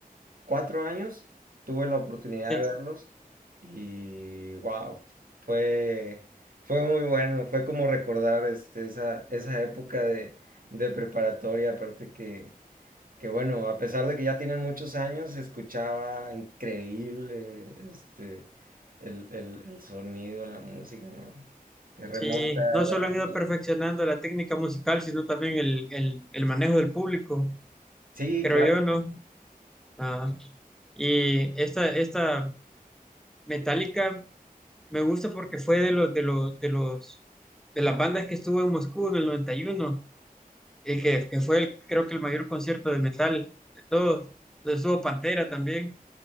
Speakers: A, on the right; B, in the centre.
A: cuatro años tuve la oportunidad
B: sí,
A: de verlos y wow, fue, fue muy bueno, fue como recordar este, esa, esa época de, de preparatoria, aparte que, que bueno, a pesar de que ya tienen muchos años, se escuchaba increíble este, el, el, el sonido, la música, ¿no? Te remonta
B: sí. No
A: a la...
B: solo han ido
A: la-
B: perfeccionando la técnica musical, sino también el, el, el manejo del público,
A: Sí,
B: creo
A: claro,
B: yo, ¿no? Ah, y esta, esta Metallica me gusta porque fue de los, de los, de los, de las bandas que estuvo en Moscú en el noventa y uno El que, que fue, el, creo que el mayor concierto de metal de todos. Donde Estuvo Pantera también.